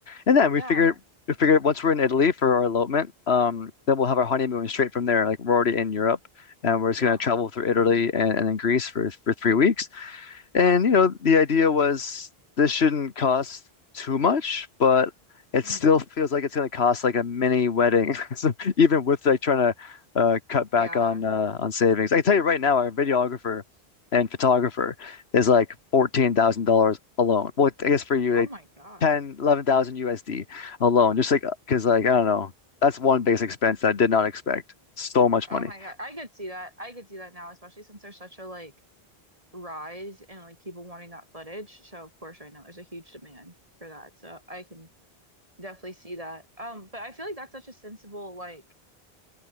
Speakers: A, on the left (about 85°); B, on the right (about 35°).
A: And then
B: Yeah.
A: we figured we figured once we're in Italy for our elopement, um, then we'll have our honeymoon straight from there. Like we're already in Europe and we're just
B: Yeah.
A: gonna travel through Italy and, and then Greece for for three weeks. And you know, the idea was this shouldn't cost too much, but it
B: hmm
A: still feels like it's going to cost like a mini wedding. <laughs> So even with like trying to uh, cut back
B: Yeah.
A: on uh, on savings, I can tell you right now, our videographer and photographer is like fourteen thousand dollars alone. Well, I guess for you,
B: Oh
A: like
B: my God.
A: 10, USD alone, just like because like I don't know, that's one base expense that I did not expect. So much
B: Oh
A: money.
B: my God. I could see that. I could see that now, especially since there's such a like rise in like people wanting that footage. So of course right now there's a huge demand for that. So I can definitely see that. Um, but I feel like that's such a sensible like